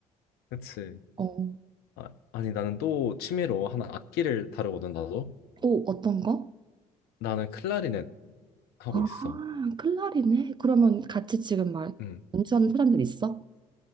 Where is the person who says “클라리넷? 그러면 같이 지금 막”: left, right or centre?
Right